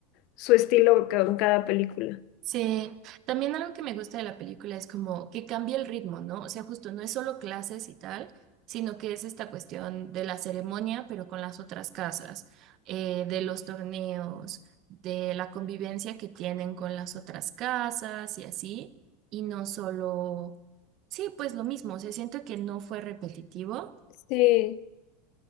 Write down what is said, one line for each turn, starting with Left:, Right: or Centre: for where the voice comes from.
Left: su estilo con cada película.
Right: Sí, también algo que me gusta de la película es como que cambia el ritmo, ¿no? O sea, justo no es solo clases y tal, sino que es esta cuestión de la ceremonia, pero con las otras casas, eh, de los torneos, de la convivencia que tienen con las otras casas y así, y no solo, sí, pues lo mismo, o sea, siento que no fue repetitivo.
Left: Sí.